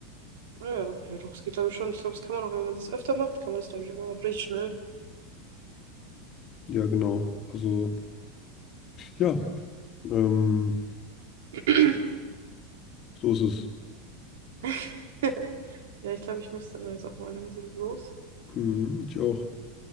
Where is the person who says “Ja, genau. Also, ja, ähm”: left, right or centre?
Left